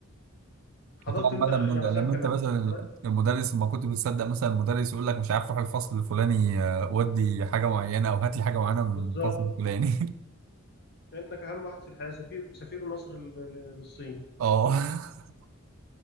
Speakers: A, on the left (about 50°); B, on the right (about 75°).
A: حضرت
B: وطبعا بقى
A: انت يعني
B: لما لما
A: مثلا كان
B: انت
A: عندكم
B: مثلا
A: انتخابات
B: المدرس ما كنت بتصدق مثلا المدرس يقول لك مش عارف روح الفصل الفلاني آه، ودي حاجه معينه او هات لي حاجه معينه من
A: بالظبط
B: الفصل الفلاني <laughs>
A: لانك اهم واحد في الحياه سفير سفير مصر لل- لل- للصين
B: اه <laughs>